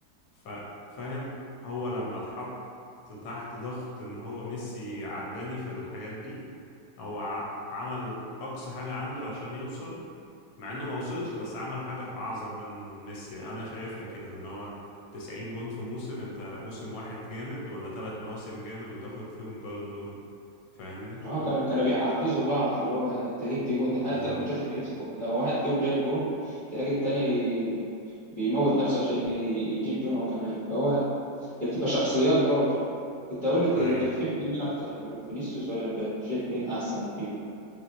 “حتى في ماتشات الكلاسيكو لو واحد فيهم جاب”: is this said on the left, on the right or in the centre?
Left